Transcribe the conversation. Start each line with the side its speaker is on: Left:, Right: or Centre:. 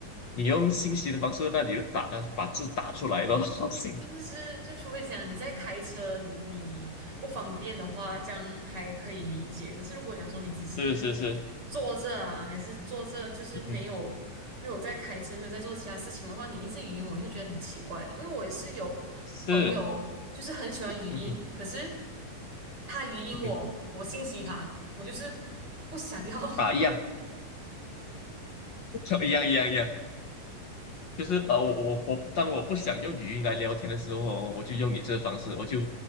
Left: 你用信息的方式，那你就打把字打出来咯。<laughs> 行，
Right: 就是是，就除非讲你在开车，你你不方便的话，这样还可以理解。但是如果讲说你只是
Left: 是是是，
Right: 坐着啊，还是坐着，就是没有没有在开车，
Left: 嗯，
Right: 没有在做其他事情的话，你一直语音，我也是觉得很奇怪。因为我也是有朋友，
Left: 是，
Right: 就是很喜欢语音，
Left: 嗯哼
Right: 可是他语音我，
Left: 嗯哼
Right: 我信息他，我就是不想要
Left: 啊，一样，<laughs> 一样一样一样，就是呃，我我我，当我不想用语音来聊天的时候哦我就用你这个方式，我就